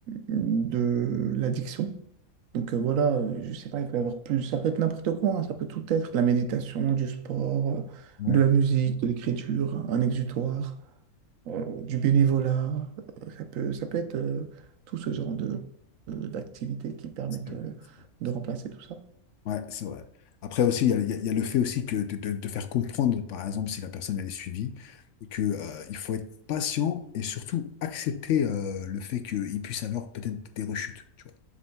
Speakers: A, on the right (about 70°); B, on the left (about 65°).
A: de l'addiction. Donc euh, voilà, euh, je sais pas, il peut y avoir plus, ça peut être n'importe quoi, hein, ça peut tout être, de la méditation, du sport, euh,
B: Ouais.
A: de la musique, de l'écriture, un exutoire, euh, du bénévolat, euh, ça peut, ça peut être euh, tout ce genre de, de- d'activités qui permettent
B: C'est vrai,
A: euh,
B: c'est
A: de remplacer
B: vrai.
A: tout ça.
B: Ouais, c'est vrai. Après aussi, il y a, il y a- il y a le fait aussi que de, de- de faire comprendre, par exemple, si la personne elle est suivie, et que, euh, il faut être patient et surtout accepter euh, le fait qu'il puisse avoir peut-être des rechutes. tu vois.